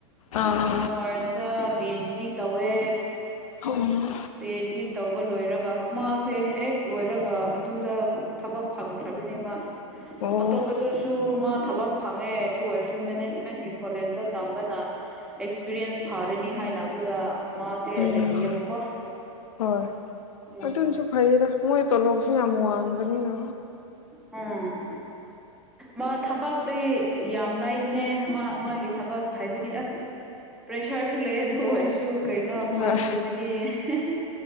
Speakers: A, on the left; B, in the centre.
A: ꯑꯥ
B: ꯀꯣꯃꯔꯁꯇ ꯕꯤ ꯑꯩꯆ ꯇꯧꯋꯦ
A: ꯍꯧꯔꯣ
B: ꯄꯤ ꯑꯩꯆ ꯖꯤ ꯇꯧꯕ ꯂꯣꯏꯔꯒ ꯃꯥꯁꯦ ꯍꯦꯛ ꯂꯣꯏꯔꯒ ꯑꯗꯨꯗ ꯊꯕꯛ ꯐꯪꯈ꯭ꯔꯕꯅꯦꯕ
A: ꯑꯣ
B: ꯑꯇꯣꯞꯄꯗꯨꯁꯨ ꯃꯥ ꯊꯕꯛ ꯐꯪꯉꯦ ꯑꯗꯨ ꯑꯣꯏꯔꯁꯨ ꯃꯦꯅꯦꯖꯃꯦꯟꯒꯤ ꯀꯣꯂꯦꯖꯇ ꯇꯝꯕꯅ ꯑꯦꯛꯁꯄꯤꯔꯤꯌꯦꯟꯁ ꯐꯥꯔꯅꯤ ꯍꯥꯏꯅ ꯑꯗꯨꯗ ꯃꯥꯁꯦ
A: ꯎꯝ
B: ꯂꯩꯔꯤꯑꯕꯀꯣ
A: ꯍꯣꯏ
B: ꯑꯗꯨ
A: ꯑꯗꯨꯅꯁꯨ ꯐꯩꯌꯦꯗ ꯃꯣꯏ ꯇꯣꯂꯣꯞꯁꯨ ꯌꯥꯝ ꯋꯥꯡꯕꯅꯤꯅ
B: ꯎꯃ ꯃꯥ ꯊꯕꯛꯇꯤ ꯌꯥꯝ ꯂꯩꯕꯅꯦ ꯃꯥ ꯃꯥꯒꯤ ꯊꯕꯛ ꯍꯥꯏꯕꯗꯤ ꯑꯁ ꯄ꯭ꯔꯦꯁꯥꯔꯁꯨ ꯂꯩ ꯑꯗꯨ ꯑꯣꯏꯁꯨ ꯀꯩꯅꯣ ꯀ꯭ꯂꯥꯁꯀꯨꯝꯕꯗꯤ
A: ꯍꯣꯏ
B: ꯍꯦꯍꯦ